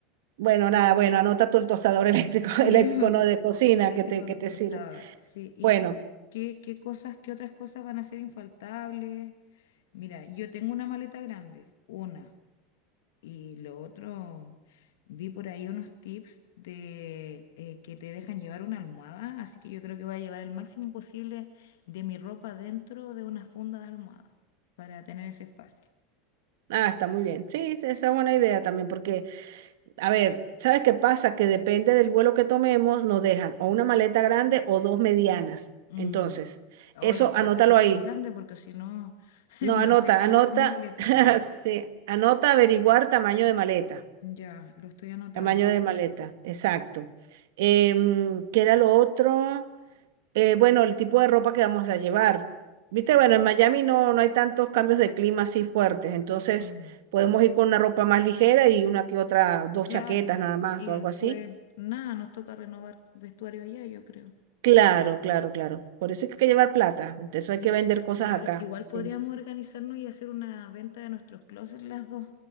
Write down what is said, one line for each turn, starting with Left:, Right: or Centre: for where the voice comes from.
Right: bueno, nada, bueno, anota tú el tostador eléctrico, <laughs>
Left: Sí,
Right: eléctrico
Left: no, no,
Right: no de cocina
Left: eléctrico
Right: que te, que
Left: no,
Right: te
Left: tostadora,
Right: sirve.
Left: sí. ¿Y
Right: Bueno,
Left: y qué, qué cosas, qué otras cosas van a ser infaltables? Mira, yo tengo una maleta grande, una, y lo otro, vi por ahí unos tips de eh, que te dejan llevar una almohada, así que yo creo que voy a llevar el máximo posible de mi ropa dentro de una funda de almohada para tener ese espacio.
Right: ah, está muy bien. Sí, esa es buena idea también, porque A ver, ¿sabes qué pasa? Que depende del vuelo que tomemos, nos dejan o una maleta grande o dos medianas.
Left: Mm.
Right: Entonces,
Left: Ay,
Right: eso
Left: ojalá
Right: anótalo
Left: que sea
Right: ahí.
Left: grande porque si no, <laughs>
Right: No, anota,
Left: no sé qué hago
Right: anota,
Left: con mi maleta,
Right: <laughs>
Left: ya.
Right: sí, anota averiguar tamaño de maleta.
Left: Ya, lo estoy anotando.
Right: Tamaño de maleta, exacto. Em, ¿qué era lo otro? Eh, bueno, el tipo de ropa que vamos a llevar. Viste, bueno, en Miami no, no hay tantos cambios de clima así fuertes, entonces
Left: Mm,
Right: podemos ir con una ropa más ligera y una que otra, dos
Left: claro.
Right: chaquetas nada más
Left: Y
Right: o
Left: después,
Right: algo así
Left: nada, nos toca renovar vestuario allá, yo creo.
Right: Claro, claro, claro. Por eso es que hay que llevar plata. Entonces hay
Left: Y
Right: que vender cosas
Left: claro,
Right: acá.
Left: igual
Right: Sí.
Left: podríamos organizarnos y hacer una venta de nuestros closets las dos